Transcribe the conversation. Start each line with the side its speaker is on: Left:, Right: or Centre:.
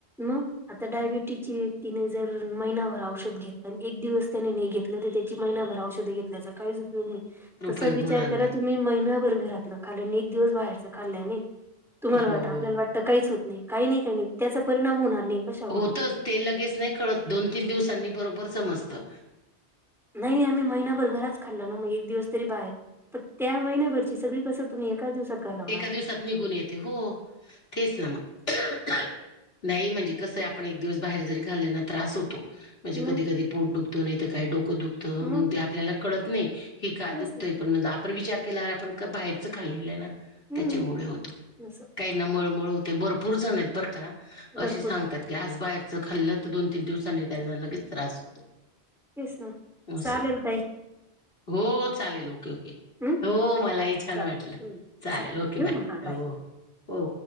Centre: मग आता डायबिटीजच्या व्यक्तीने जर महिनाभर औषध घेतलं एक दिवस त्याने न घेत ते त्याची महिनाभर औषधे घेतल्याचा काही य
Left: उपयोग
Centre: तसच विचार
Left: होणार नाही.
Centre: करा तुम्ही महिनाभर घरातलं खाल्ने एक दिवस बाहेरच खाल्ल्याने तुम्हाला
Left: हो.
Centre: वाटतं आपल्याला वाटतं काहीच होत नाही काही नाही काही नाही त्याचा परिणाम होणार नाही कशावरून
Left: होतच ते लगेच नाही खळत दोन तीन दिवसांनी बरोबर समजतं
Centre: नाही नाही आम्ही महिनाभर घराच खाल्ल ना मग एक दिवस तरी बाहेर त्या महिन्याभरची सगळी कसर तुम्ही काय दिवसात घालवणार
Left: एका
Centre: आहे
Left: दिवसात निघून येते हो तेच ना मग नाही म्हणजे कसं आहे आपण एक दिवस बाहेर जरी खाल्ल्याना त्रास होतो म्हणजे
Centre: मग
Left: कधी कधी पोट दुखतो नाही काय डोकं दुखत
Centre: मग
Left: आपल्याला कळत नाही की का
Centre: तेच
Left: दुखतं
Centre: ना
Left: पण आप विचार केल्यावर आपण बाहेरच खाल्ले
Centre: हम्म
Left: त्याच्यामुळे होतो
Centre: असं
Left: काही मळमळ होते भरपूर जण आहेत बर का
Centre: भरपूर
Left: असे सांगतात
Centre: आहे
Left: ते आज बाहेरचं खाल्लं तर दोन तीन दिवसांनी त्यांना लगेच त्रास होतो
Centre: तेस ना
Left: असं.
Centre: चालेल तई
Left: हो चालेल ओके ओके
Centre: हम्म
Left: हो मलाही छान
Centre: चालेल
Left: वाटलं
Centre: हम्म
Left: चालेल ओके
Centre: ठेवू
Left: बाय
Centre: मग हा
Left: हो हो